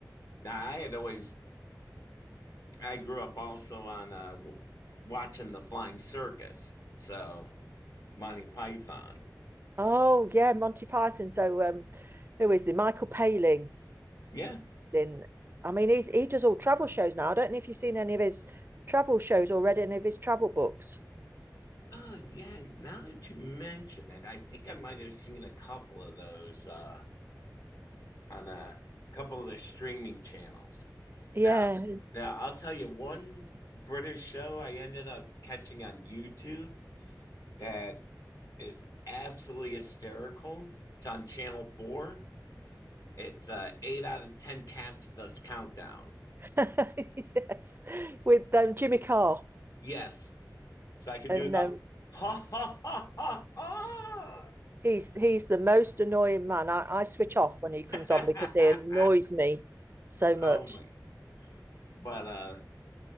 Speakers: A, on the left; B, on the right.
A: now I had always I grew up also on uh, w- watching the Flying Circus, so Monty Python.
B: oh yeah monty python so um who is the michael Palin?
A: Yeah.
B: in i mean he's he does all travel shows now i don't know if you've seen any of his travel shows or read any of his travel books
A: Oh yeah. Now that you mention it, I think I might have seen a couple of those uh, on a couple of the streaming channels.
B: yeah
A: Now, now I'll tell you one British show I ended up catching on YouTube that is absolutely hysterical. It's on Channel Four. It's uh, eight out of ten cats does countdown.
B: <laughs> yes with um jimmy carr
A: Yes, so I could
B: and
A: do the
B: um
A: <laughs> ha ha ha ha
B: He's he's the most annoying man. I, I switch off when he comes on
A: ha.
B: because he annoys
A: <laughs>
B: me so much.
A: Oh my!
B: <laughs>
A: But uh,